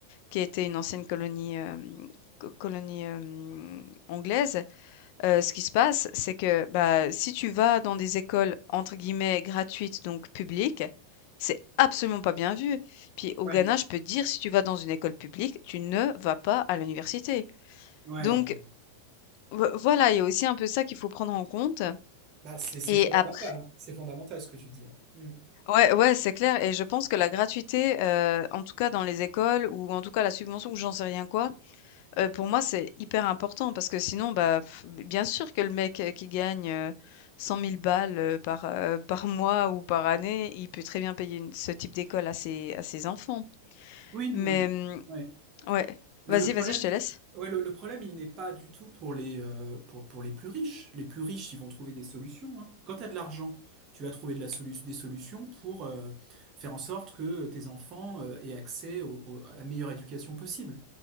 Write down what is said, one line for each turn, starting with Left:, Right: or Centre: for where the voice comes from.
Left: qui était une ancienne colonie, hem, co colonie, hem, anglaise Heu, ce qui se passe, c'est que, bah, si tu vas dans des écoles entre guillemets «gratuites», donc publiques, c'est absolument pas bien vu. Puis au
Right: ouais,
Left: Ghana, je peux te dire, si tu vas dans une école publique, tu ne vas pas à l'université.
Right: ouais.
Left: Donc
Right: ouais.
Left: voi voilà, il y a aussi un peu ça qu'il faut prendre en compte
Right: Bah, c'est c'est
Left: et
Right: fondamental,
Left: après
Right: c'est fondamental ce que tu dis. hein. Hmm.
Left: ouais, ouais, c'est clair et je pense que la gratuité, heu, en tout cas dans les écoles ou en tout cas la subvention ou j'en sais rien quoi Heu, pour moi, c'est hyper important parce que sinon, bah, f bien sûr que le mec, heu, qui gagne, heu, 100 000 balles, heu, par, heu, <laughs> par mois ou par année, il peut très bien payer une ce type d'école à ses à ses enfants.
Right: Oui, non,
Left: Mais, mmh,
Right: ouais.
Left: ouais.
Right: Le,
Left: Vas-y,
Right: le problème,
Left: vas-y, je te laisse.
Right: ouais, le, le problème, il n'est pas du tout pour les, euh, pour, pour les plus riches. Les plus riches, ils vont trouver des solutions, hein. Quand tu as de l'argent, tu vas trouver de la solu- des solutions pour euh, faire en sorte que tes enfants euh, aient accès au- au- à la meilleure éducation possible.